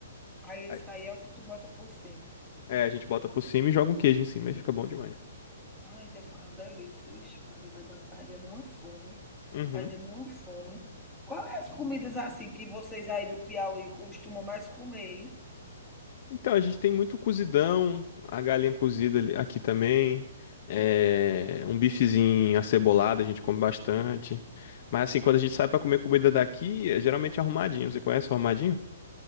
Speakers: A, in the centre; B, on the left (about 30°).
A: Aí esse
B: Aí-
A: aí é o que tu bota por cima.
B: É, a gente bota por cima e joga um queijo em cima e fica bom demais.
A: Ai, deve ficar uma delícia. Ixi, Maria, vai dando, vai dando uma fome.
B: Uhum.
A: Vai dando uma fome. Quais as comidas assim que vocês aí do Piauí costumam mais comer, hein?
B: Então, a gente tem muito cozidão, a galinha cozida ali- aqui também. é, um bifezinho acebolado, a gente come bastante. Mas assim, quando a gente sai pra comer comida daqui, é geralmente arrumadinho. Você conhece o arrumadinho?